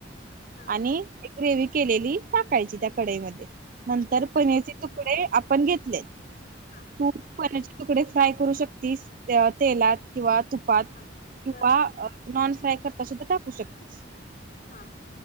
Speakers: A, on the left; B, on the right.
A: हा
B: आणि ग्रेवी केलेली टाकायची त्या कडईमध्ये
A: हा
B: नंतर
A: बर
B: पनचे
A: आणि
B: तुकडे पण घेतलेत
A: हा
B: तू तुकडे फ्राय करू शकतीस तेलात किंवा तुपात
A: हा
B: किंवा
A: बर
B: अ नॉन फ्राय करता सुद्धा टाकू शकतेस
A: हा